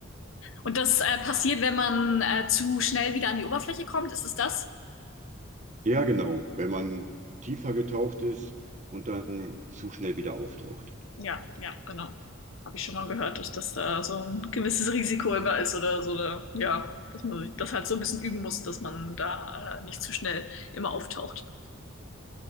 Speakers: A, on the left; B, on the right.
A: Und das äh, passiert, wenn man äh, zu schnell wieder an die Oberfläche kommt, ist es das?
B: Ja, genau. Wenn man tiefer getaucht ist und dann zu schnell wieder auftaucht.
A: Ja, ja, genau. Habe ich schon mal gehört, dass das da so ein gewisses Risiko immer ist oder so, oder, ja, dass man sich das halt so ein bisschen üben muss, dass man da äh, nicht zu schnell immer auftaucht.